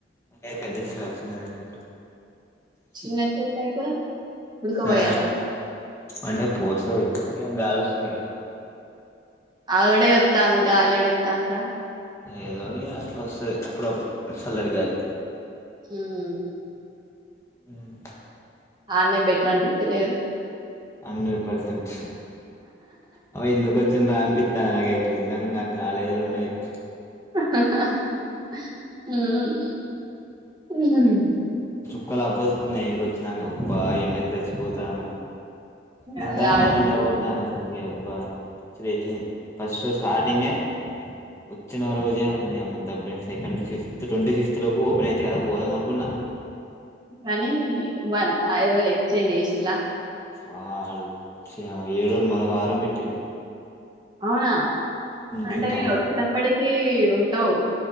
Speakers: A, on the left; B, on the right.
A: అంటే పెద్ద చెట్టు కాదు, చిన్నదే చెట్టు.
B: చిన్న చెట్టు అయితే, ఉడుకపోయద?
A: ఆ అంటే పోస్తది ఇగ గాలొస్తుంది కదా మంచిగ.
B: ఆల్రెడీ ఒత్తాంది గాలెడ ఒత్తాందిర?
A: ఏదో ఇగ అట్లోస్తది అప్పుడప్పుడు సల్లడి గాలి.
B: ఉమ్
A: ఉమ్
B: ఆన్నే బెటర్ అన్పిత్తది గద?
A: Hundred percent. అబ ఎందుకు వచ్చిన్రా అనిపిత్తాంది నాకైతే నిజంగా కాలేజీలో ఉన్న అయిపో.
B: ఉమ్ <unintelligible>
A: కుక్కలా బొర్రుతాన ఈడికొచ్చినంక అబ్బా ఎండకి చచ్చిపోతాన. గింతగనం
B: అదే ఆడ
A: ఎండ
B: ఉండేది
A: కొడుతాంది అసల్కిడా బ్బా నాక్ పిచ్చిలేసింది, ఫస్ట్ స్టార్టింగే ఒచ్చిన రోజే అనుకున్న నీయమ్మ దొబ్బెస్త ఇక్కడనుంచి ఫిఫ్త్ ట్వంటీ ఫిఫ్త్ లోపు ఓపెన్ అయితయి కదా అప్ పోదమనుకున్నా.
B: కనీ, వన్ ఐదురోజులు ఎక్చేంజ్ చేసిల్ల?
A: వాడు చి అమ్మ ఏడూరు మల వారం పెట్టిండు.
B: అవునా అంటే
A: జూన్ థర్డ్
B: నీనొచ్చే
A: కి
B: తప్పడికి ఈ ఉంటావు.